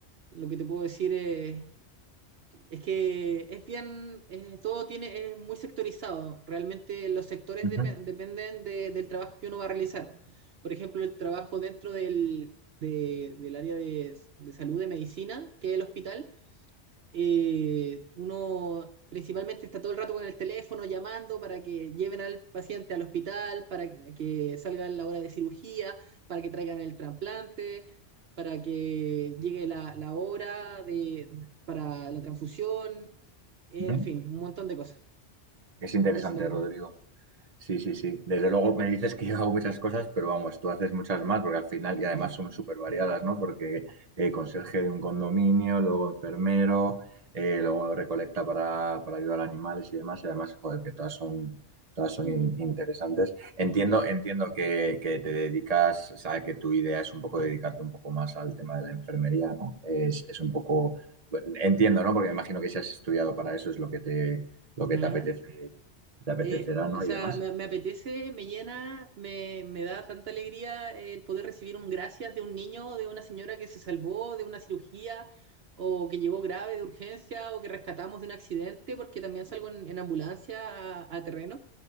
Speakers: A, on the right; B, on the right.
A: lo que te puedo decir es es que es bien, eh, todo tiene, es muy sectorizado. Realmente los sectores
B: ujú,
A: depe- dependen de- del trabajo que uno va a realizar. Por ejemplo, el trabajo dentro del, de- del área de, de salud, de medicina, que es el hospital, eh, uno principalmente está todo el rato con el teléfono llamando para que lleven al paciente al hospital, para que, que salga la hora de cirugía, para que traigan el trasplante, para que llegue la, la hora de, para la transfusión en
B: ujú.
A: fin, un montón de cosas.
B: Es interesante,
A: Eso te pongo.
B: Rodrigo. Sí, sí, sí. Desde luego me dices que yo hago muchas cosas, pero vamos, tú haces muchas más, porque al final, y además
A: <laughs>
B: son súper variadas, ¿no? Porque eh, conserje de un condominio, luego enfermero, eh, luego recolecta para, para ayudar a animales y demás, y además, joder, que todas son, todas son
A: Ujú,
B: in- interesantes. Entiendo,
A: Muchas gracias.
B: entiendo que, que te dedicas, o sea, que tu idea es un poco dedicarte un poco más al tema de la enfermería, ¿no? Es, es un poco, entiendo, ¿no? Porque me imagino que si has estudiado para eso es lo que te, lo que
A: Ajá.
B: te apetece, te apetecerá,
A: Eh,
B: ¿no?
A: o sea,
B: Y demás.
A: me, me apetece, me llena, me, me da tanta alegría el poder recibir un gracias de un niño, de una señora que se salvó de una cirugía o que llegó grave de urgencia o que rescatamos de un accidente, porque también salgo en, en ambulancia a, a terreno.